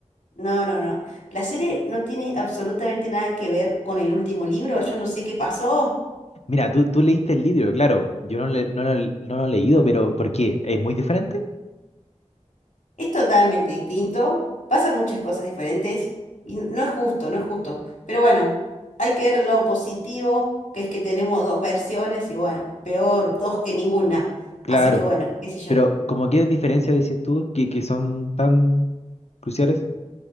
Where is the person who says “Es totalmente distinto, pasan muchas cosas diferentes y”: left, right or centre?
Left